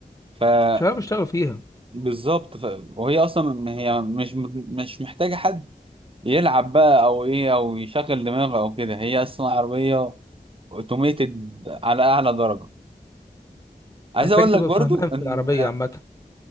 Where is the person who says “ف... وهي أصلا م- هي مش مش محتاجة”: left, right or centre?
Right